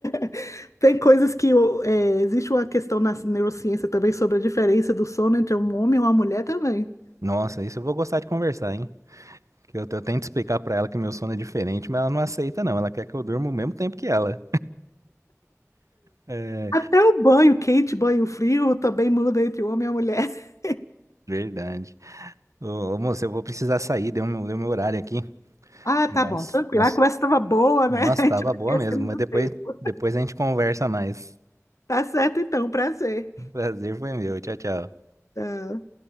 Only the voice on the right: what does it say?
nossa, isso eu vou gostar de conversar, hein? Que eu, eu tento explicar pra ela que meu sono é diferente, mas ela não aceita, não. Ela quer que eu durma o mesmo tempo que ela. É,
verdade. Ô, ô, moço, eu vou precisar sair, deu meu, deu meu horário aqui.
Mas,
mas,
nossa,
tava
boa
mesmo. Mas
depois,
depois a gente conversa mais.
Prazer foi meu. Tchau, tchau.